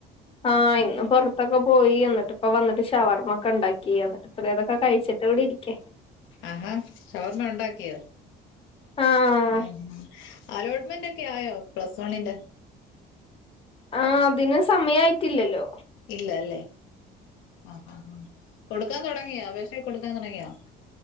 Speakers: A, on the left (about 30°); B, on the left (about 80°).
A: ആഹ് ഇന്ന് പൊറത്തൊക്കെ പോയി എന്നിട്ട് ഇപ്പൊ വന്നിട്ട് ഷവർമൊക്കെ ഉണ്ടാക്കി അപ്പതൊക്കെ കഴിച്ചിട്ട് ഇവടിരിക്ക
B: ആഹാ ഷവർമ്മ ഉണ്ടാക്കിയോ
A: ആഹ്
B: ഉം അലോട്ട്മെന്റ് ഒക്കെ ആയോ പ്ലസ് വണ്ണിന്റെ
A: ആഹ് അതിന് സമയായിട്ടില്ലല്ലോ
B: ഇല്ല അല്ലേ ആഹ് അഹ് കൊടുക്കാൻ തൊടങ്ങിയോ അപേക്ഷ കൊടുക്കാൻ തൊടങ്ങിയോ